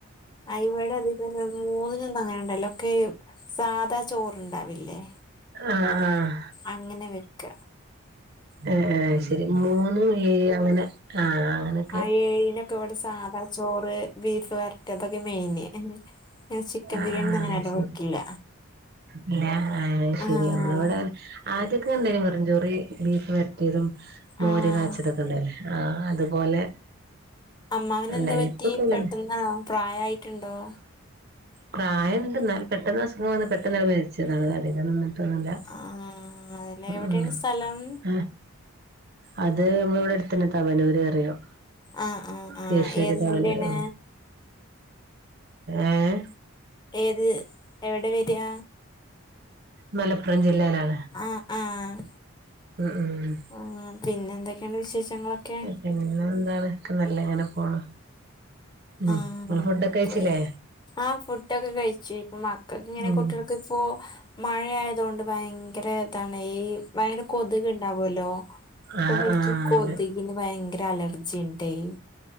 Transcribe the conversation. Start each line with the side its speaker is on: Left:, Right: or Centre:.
Left: അ ഇവടെ അധികന്ന് മൂന്നിനൊന്നും അങ്ങനെണ്ടല്ലോക്കെ സാധാ ചോറണ്ടാവില്ലേ
Right: ആഹ് ആഹ്
Left: അങ്ങനെ വെക്ക
Right: ഏഹ് ഏഹ് ശരി മൂന്നും ഏഴും അങ്ങനെ ക്കാങ്ങനെ
Left: ആ എഴിനൊക്കെ ഇവടെ സാധാ ചോറ്, ബീഫ് വരട്ടിയത് അതൊക്കെ മെയിന് ചിക്കൻ
Right: ആഹ്
Left: ബിരിയാണി
Right: ആഹ്
Left: അങ്ങനെ ഒന്നും
Right: ശരി
Left: വെക്കില്ല
Right: അല്ല അയ് ശെരി
Left: ആഹ്
Right: നമ്മള് ഇവിടെ ആദ്യക്കെ എന്തായ്യ്നു വെറും ചോറും ബീഫ് വരട്ടിയതും, മോര്
Left: ആഹ്
Right: കാച്ചിയതൊക്കെ ഉണ്ടയിനു ആ അതുപോലെ
Left: അമ്മാവതെന്താ
Right: ഉണ്ടായി
Left: പറ്റി
Right: ഇപ്പൊക്കെ
Left: പെട്ടെന്ന്
Right: പിന്നെ
Left: പ്രായായിട്ടുണ്ടോ
Right: പ്രായം ഉണ്ടെന്നാലും പെട്ടെന്ന് അസുഖം വന്ന് പെട്ടെന്ന് മ റിച്ചതാണ് എന്നിറ്റൊന്നുമില്ല
Left: ആഹ് അതല്ലേ എവിടെയാണ്
Right: ആഹ്
Left: സ്ഥലം
Right: ആഹ് അത് നമ്മലെ ഇവിടെ അടുത്ത് തവന്നൂർപറയും
Left: ആഹ് ആഹ് ആഹ്
Right: കീശ്ശേരി,
Left: ഏത്
Right: തവനൂര്
Left: ജില്ലയാണ്
Right: ഏഹ്
Left: ഏത് എവിടെ വർഹ
Right: മലപ്പുറം ജില്ലയിലാണ്
Left: ആഹ് ആഹ്
Right: ഉം ഉം
Left: ആഹ് പിന്നെ എന്തൊക്കെയുണ്ട് വിശേഷങ്ങളൊക്കെ
Right: പിന്നെ എന്താണ് ഒക്കെ നല്ല ഇങ്ങനെ പോണു ഉം
Left: ആഹ്
Right: ഇങ്ങള് ഫുഡൊക്കെ കഴിച്ചില്ലേ
Left: ആഹ് ഫുഡൊക്കെ കഴിച്ചു ഇപ്പൊ മക്കൾക് ഇങ്ങനെ
Right: ഉം
Left: കുട്ടില് ഇപ്പോ മഴയായതു കൊണ്ട് ഭയങ്കര ഇതാണ് ഈ ഭയങ്കര കൊതുക് ഉണ്ടാവുല്ലോ അപ്പ
Right: ആഹ്
Left: ഇവരിക്ക്
Right: ആഹ്
Left: കൊതുക്
Right: അതെ
Left: പിന്നെ ഭയങ്കര അലർജി ഇണ്ടായി